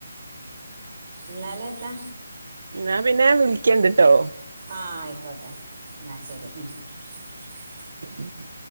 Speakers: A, on the right; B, on the right.
A: ന്നലെത്താ
B: എന്നാ പിന്നെ വിളിക്കണ്ടിട്ടോ
A: ആഹ ആയിക്കോട്ടെ എന്നാ ശെരി ഉ
B: ഖുഹ്